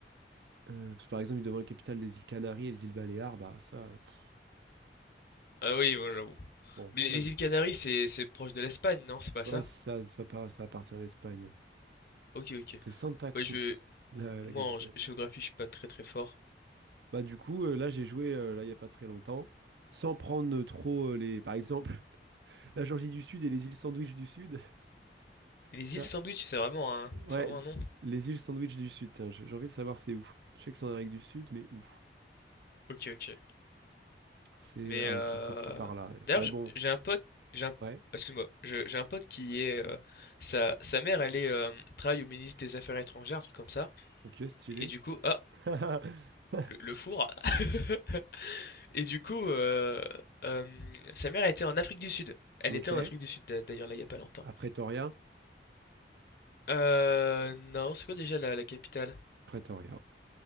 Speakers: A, on the right; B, on the left.
A: Euh, parce que par exemple, il demande la capitale des îles Canaries et les îles Baléares. Bah ça, euh, pff,
B: Ah oui, moi, j'avoue.
A: bon,
B: Mais
A: ça,
B: les les
A: je-
B: îles Canaries, c'est c'est proche de l'Espagne, non? C'est pas ça?
A: ouais, ça, ça, par- ça appartient à l'Espagne. ouais.
B: Ok, ok.
A: C'est Santa Cruz,
B: Ouais, je,
A: la, la
B: moi,
A: capitale.
B: en gé- géographie, je suis pas très très fort.
A: Bah du coup, euh, là j'ai joué euh, là il y a pas très longtemps, sans prendre euh, trop euh, les, par exemple, <laughs> la Georgie du Sud et les îles Sandwich du Sud.
B: Et les
A: <laughs>
B: îles Sandwich,
A: Ça,
B: c'est vraiment un,
A: ouais,
B: c'est vraiment un nom?
A: les îles Sandwich du Sud. tiens, j'ai j'ai envie de savoir c'est où. Je sais que c'est en Amérique du Sud, mais où?
B: Ok, ok.
A: C'est
B: Mais
A: ah
B: euh,
A: ok, c'est c'est par là. Ouais,
B: d'ailleurs,
A: Ouais,
B: j'-
A: bon,
B: j'ai un pote, j'ai un,
A: ouais.
B: excuse-moi, je- j'ai un pote qui est euh, sa, sa mère, elle est euh, travaille au ministre des Affaires étrangères, un truc comme ça.
A: Ok, stylé.
B: Et du coup, ah,
A: <laughs>
B: le, le four. <laughs> Et du coup, euh, euh, sa mère était en Afrique du Sud. Elle
A: Ok.
B: était en Afrique du Sud d'a- d'ailleurs là il y a pas longtemps.
A: À Pretoria.
B: Euh, non, c'est quoi déjà la, la capitale?
A: Pretoria.